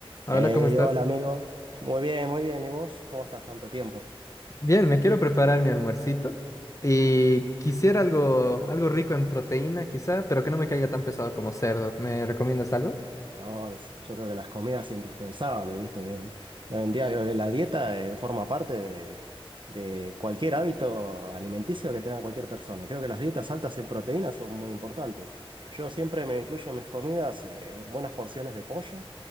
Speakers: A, on the left; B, on the right.
A: Hola,
B: Hey,
A: ¿cómo estás?
B: hola amigo. Muy bien, muy bien. ¿Y vos? ¿Cómo estás? Tanto tiempo.
A: Bien, me quiero preparar mi almuercito y quisiera algo, algo rico en proteína, quizá, pero que no me caiga tan pesado como cerdo. ¿Me recomiendas algo?
B: No, es- yo creo que las comidas es indispensable, ¿viste? En- Hoy en día creo que la dieta eh, forma parte de, de cualquier hábito alimenticio que tenga cualquier persona. Y Creo que las dietas altas en proteínas son muy importantes. Yo siempre me incluyo en mis comidas eh, buenas porciones de pollo,